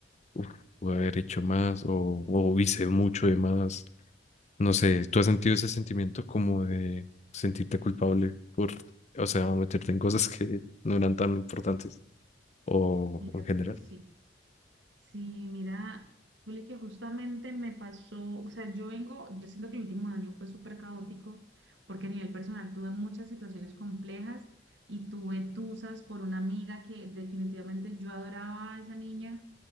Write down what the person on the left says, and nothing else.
uff, pude haber hecho más o, o hice mucho de más. No sé, ¿tú has sentido ese sentimiento como de sentirte culpable por, o sea, meterte en cosas que no eran tan importantes o,
o en general?